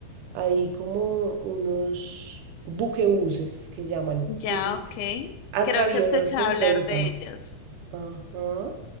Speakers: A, on the right; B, on the left.
A: Hay como unos buquebuses que llaman.
B: Ya,
A: Entonces,
B: ok.
A: Atraviesas
B: Creo que he escuchado
A: el
B: hablar
A: delta.
B: de ellos.
A: Ajá.